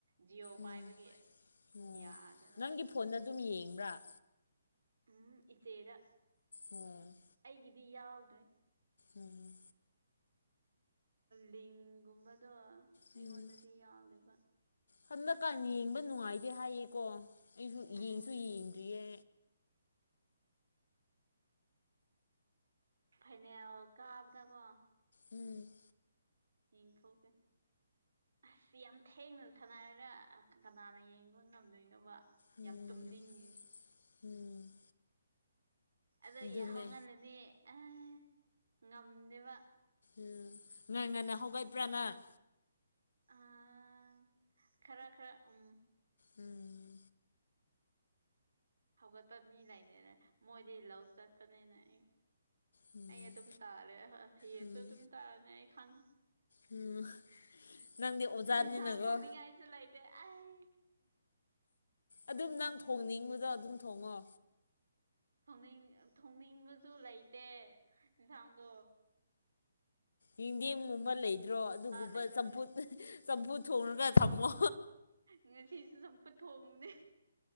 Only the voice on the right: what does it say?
ꯖꯤꯑꯣꯑꯣ ꯄꯥꯏꯕꯒꯤ
ꯌꯥꯗꯕ
ꯎꯝ ꯑꯆꯩꯗ
ꯑꯩꯒꯤꯗꯤ ꯌꯥꯎꯗ꯭ꯔꯦ
ꯂꯤꯡꯒꯨꯝꯕꯗꯣ ꯑꯩꯉꯣꯟꯗꯗꯤ
ꯌꯥꯎꯋꯦꯕ
ꯎꯝ
ꯐꯥꯏꯅꯦꯜ ꯀꯥꯕꯗꯀꯣ
ꯌꯦꯊꯣꯛꯀꯦ ꯑꯁ ꯌꯥꯝ ꯊꯦꯡꯅ ꯁꯥꯟꯅꯔꯒ ꯀꯅꯥꯅ ꯌꯦꯡꯕ ꯉꯝꯗꯣꯏꯅꯣꯕ
ꯌꯥꯝ ꯇꯨꯝꯅꯤꯡꯉꯤ
ꯑꯗꯣ
ꯌꯥꯍꯍꯜꯂꯅꯦ ꯑꯦ ꯉꯝꯗꯦꯕ
ꯑꯥ ꯈꯔ ꯈꯔ ꯎꯝ
ꯍꯧꯒꯠꯇꯄꯕ ꯃꯤ ꯂꯩꯔꯦꯅ ꯃꯣꯏꯗꯤ ꯂꯧ ꯆꯠꯇꯅꯤꯅ ꯑꯩ
ꯑꯩ ꯑꯗꯨꯝ ꯇꯥꯔꯦ ꯌꯦꯌꯦꯡꯁꯨ
ꯑꯗꯨꯝ ꯇꯥꯔꯅꯤ ꯑꯩ ꯈꯪ
ꯏꯟꯁꯥꯡ ꯊꯣꯡꯅꯤꯡꯉꯥꯏꯁꯨ ꯂꯩꯇꯦ ꯑꯩ
ꯊꯣꯡꯅꯤꯡ ꯊꯣꯡꯅꯤꯡꯕꯁꯨ ꯂꯩꯇꯦ ꯏꯟꯁꯥꯡꯗꯣ
ꯂꯩꯗꯕꯒꯤ
ꯉꯁꯤꯁꯨ ꯁ ꯄꯨꯊꯣꯡꯕꯅꯦ